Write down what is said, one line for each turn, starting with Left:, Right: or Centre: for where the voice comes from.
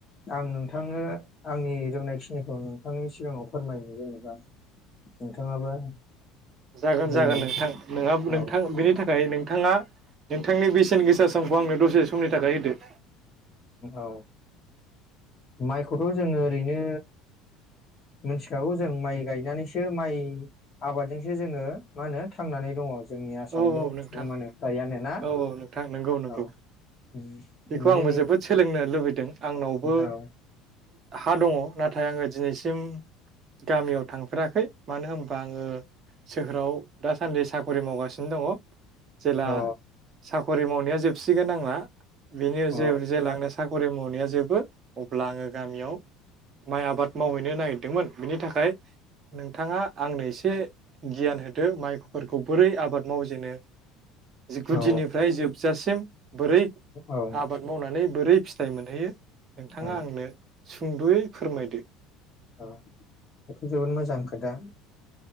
Left: आं नोंथांनो आंनि रोंनायखिनिखौ नोंथांनि सिगाङाव फोरमायनो जेनेबा नोंथाङाबो
Right: जागोन
Left: जेनेबा
Right: जागोन नोंथां नोंहाब-नोंथां
Left: औ
Right: बेनि थाखाय नोंथाङा नोंथांनि बेसेन गोसा समखौ आंनो दसे समनि थाखाय होदो।
Left: औ माइखौथ' जोंङो ओरैनो मिथिखागौ जों माइ गायनानैसो माइ आबादजोंसो जोंङो मा होनो थांनानै दङ। जोंनि आसामनि
Right: औ औ नोंथां
Left: सुबुङानो फ्रायानोना
Right: औ औ नोंथां नंगौ नंगौ
Left: औ अम
Right: बेखौ
Left: माने
Right: आंबो जोबोद सोलोंनो लुबैदों आंनावबो
Left: औ
Right: हा दंङ नाथाय आंङो दिनैसिम गामियाव थांफेराखै मानो होनबा आंङो सोहोराव दासान्दि साखरि मावगासि नो दंङ। जेला
Left: औ
Right: साखरि मावनाया जो बसिगोन आंना बिनि जे-जेलांनो
Left: औ
Right: सा खरि मावनाया जोबो अब्ला आंङो गामियाव माइ आबाद मावहैनो नागिरदोंमोन बेनि थाखाय नोंथाङा आंनो एसे गियान होदो माइफोरखौ बोरै आबाद मावजेनो गुदिनिफ्राय
Left: औ
Right: जोबजासिम बोरै
Left: औ
Right: आबाद मावनानै बोरै फिथाय मोनहैयो नोंथाङा
Left: औ
Right: आंनो सुंदयै फोरमायदो।
Left: औ बेथ जोबोद मोजां आदा